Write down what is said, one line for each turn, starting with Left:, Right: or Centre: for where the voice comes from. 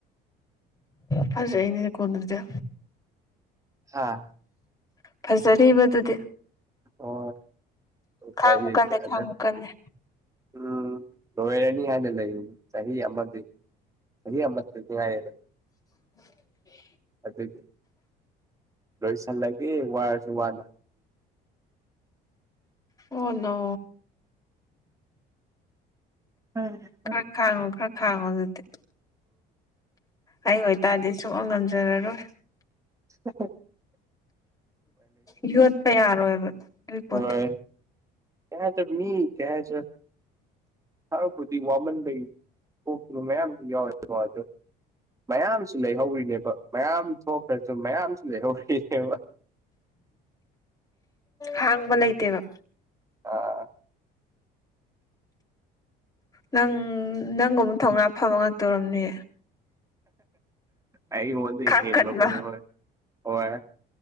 Left: ꯐꯖꯅꯦꯗꯤ ꯀꯣꯗ꯭ꯔꯗ
Right: ꯍꯥꯥ
Left: ꯐꯖꯔꯤꯕ ꯑꯗꯨꯗꯤ
Right: ꯍ
Left: ꯈꯥꯡꯕꯨ
Right: ꯄꯦꯂꯤ
Left: ꯀꯜꯂꯦ
Right: ꯆꯗꯦ
Left: ꯈꯥꯡꯕꯨ ꯀꯜꯂꯦ
Right: ꯎꯝ ꯂꯣꯏꯔꯅꯤ ꯍꯥꯏꯅ ꯂꯩ ꯆꯍꯤ ꯑꯃꯗꯤ ꯍꯧꯖꯤꯒ ꯑꯃꯇꯥꯗꯤ ꯉꯥꯏꯔꯦꯗ
Left: <unintelligible>
Right: ꯑꯗꯨꯗꯤ ꯂꯣꯏꯁꯟꯂꯒꯦ ꯋꯥꯁꯨ ꯋꯥꯗ
Left: ꯑꯣꯅꯣ
Right: ꯎꯝ ꯎ
Left: ꯈꯔ ꯈꯥꯡꯉꯣ ꯈꯔ ꯈꯥꯡꯉꯣ ꯑꯗꯨꯗꯤ ꯑꯩ ꯑꯣꯏꯇꯥꯔꯗꯤ ꯁꯛꯉꯝ ꯉꯝꯖꯔꯔꯣꯏ
Right: <unintelligible>
Left: ꯌꯣꯠꯄ ꯌꯥꯔꯣꯏꯕ ꯑꯗꯨꯏ ꯄꯣꯠꯇꯣ
Right: ꯍꯣꯏ ꯀꯌꯇꯃꯤ ꯀꯌꯥꯆ ꯍꯔꯕꯨ ꯋꯥꯃꯟꯗ ꯑꯣ ꯃꯌꯥꯝꯁꯨ ꯌꯥꯎꯋꯦꯗ <unintelligible> ꯃꯌꯥꯝꯁꯨ ꯂꯩꯍꯧꯔꯤꯅꯦꯕ ꯃꯌꯥꯝ ꯊꯣꯛꯈ꯭ꯔꯁꯨ ꯃꯌꯥꯝꯁꯨ ꯂꯩꯍꯧꯔꯤꯅꯦꯕ
Left: ꯍꯥꯡꯕ ꯅꯥꯩꯇꯦꯕ
Right: ꯑꯥ
Left: ꯅꯪ ꯅꯪꯒꯨꯝꯕ ꯊꯧꯅꯥ ꯐꯕ ꯉꯥꯛꯇ ꯑꯣꯏꯔꯝꯅꯤ
Right: ꯑꯩ ꯋꯥꯗ
Left: ꯈꯥꯡ
Right: ꯦꯗ
Left: ꯀꯟꯕ
Right: ꯃ ꯀꯣꯏꯣꯏ ꯍꯣꯏ ꯍꯣꯏ